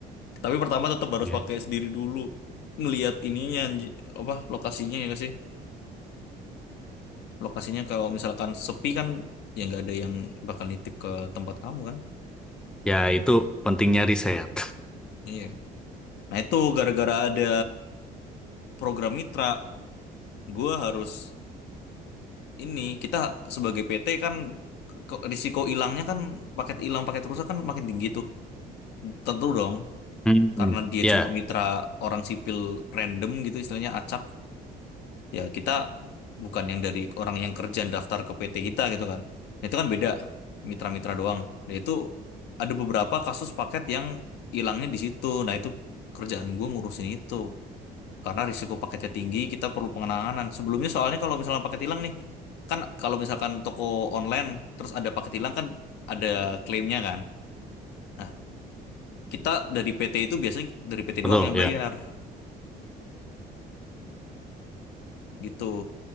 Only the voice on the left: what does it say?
tapi pertama tetap harus
pakai sendiri dulu ngelihat ininya anji- apa lokasinya ya nggak sih lokasinya kalau misalkan sepi kan ya nggak ada yang bakal nitip ke tempat kamu kan
iya nah itu gara-gara ada program mitra gue harus ini kita sebagai PT kan ke- risiko hilangnya kan paket hilang paket rusak kan makin tinggi tuh tentu dong
karena dia
cuma mitra orang sipil random gitu istilahnya acak ya kita bukan yang dari orang yang kerja daftar ke PT kita gitu kan Nah, itu kan beda mitra-mitra doang nah, itu ada beberapa kasus paket yang hilangnya di situ nah itu kerjaan gue ngurusin itu karena risiko paketnya tinggi kita perlu penanganan sebelumnya soalnya kalau misalnya paket hilang nih kan kalau misalkan toko online terus ada paket hilang kan ada klaimnya kan nah kita dari PT itu biasanya dari PT
doang yang
bayar gitu